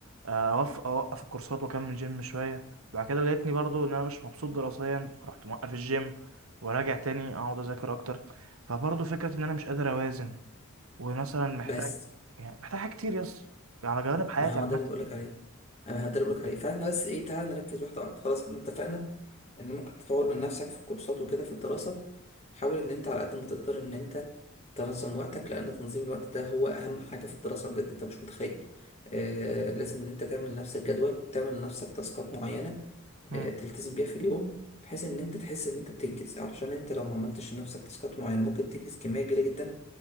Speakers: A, on the right; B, on the left.
A: اوقف اوقف الكورسات واكمل جيم شويه بعد كده لقيتني برضو ان انا مش مبسوط دراسيا فرحت موقف الجيم وراجع تاني اقعد اذاكر اكتر فبرضو فكره ان انا مش قادر اوازن ومثلا محتاج
B: بس
A: يعني محتاج حاجات كتير يس على جوانب حياتي
B: ما هو
A: عامه
B: ده اللي بقولك عليه انا ده اللي بقولك عليه فاحنا بس ايه تعالى نركز واحدة واحدة خلاص احنا اتفقنا ان ممكن تطور من نفسك في الكورسات وكده في الدراسة حاول ان انت على قد ما تقدر ان انت تنظم وقتك لان تنظيم الوقت ده هو اهم حاجة في الدراسة بجد انت مش متخيل آه لازم ان انت تعمل لنفسك جدول وتعمل لنفسك تاسكات معينة
A: مم.
B: آه تلتزم بيها في اليوم بحيث ان انت تحس ان انت بتنجز علشان انت لو ما عملتش لنفسك تاسكات معينة ممكن تنجز كمية كبيرة جدا